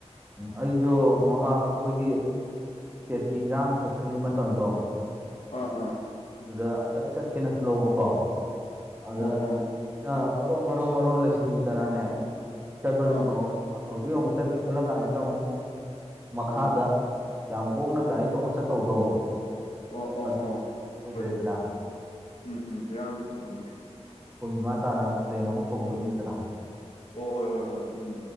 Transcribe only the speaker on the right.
ꯎꯝ ꯑꯩꯁꯨ ꯃꯃꯥꯡ ꯑꯩꯈꯣꯏꯒꯤ ꯏꯁꯇꯦꯠꯀꯤ ꯏꯔꯥꯡ ꯊꯣꯛꯇ꯭ꯔꯤꯉꯩ ꯃꯇꯝꯗꯣ
ꯑꯗꯨꯗ ꯑꯝꯇꯪ ꯆꯠꯀꯦꯅ ꯈꯜꯍꯧꯕꯀꯣ ꯑꯗ
ꯃꯔꯨ ꯃꯔꯨ ꯃꯔꯣꯟ ꯂꯩꯁꯟꯈꯤꯗꯅꯅꯦ ꯆꯠꯄꯁꯨ
ꯐꯪꯉ ꯍꯧꯖꯤꯛ ꯑꯃꯨ ꯆꯠꯀꯦ ꯈꯜꯂꯀꯥꯟꯖꯤꯗ ꯑꯃꯨꯛ ꯃꯈꯥꯗ
ꯌꯥꯝ ꯍꯣꯡꯅ ꯒꯥꯔꯤ ꯇꯣꯡꯉ ꯆꯠꯇꯧꯗꯣ
ꯑꯗꯨ
ꯑꯣꯏꯗ꯭ꯔꯦꯗꯅ
ꯍꯈꯣꯏ ꯏꯃꯥ ꯇꯥꯅ ꯄ꯭ꯂꯦꯟ ꯑꯃꯨꯛ ꯇꯣꯡꯗꯣꯏꯅꯤꯗꯅ